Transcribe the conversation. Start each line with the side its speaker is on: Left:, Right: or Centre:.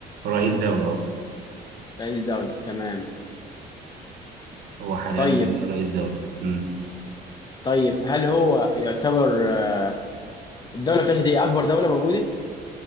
Right: رئيس دولة اه
Left: رئيس دولة تمام
Right: هو حاليا
Left: طيب
Right: د- رئيس دولة امم
Left: طيب هل هو يعتبر آه، الدولة بتاعته دي أكبر دولة موجودة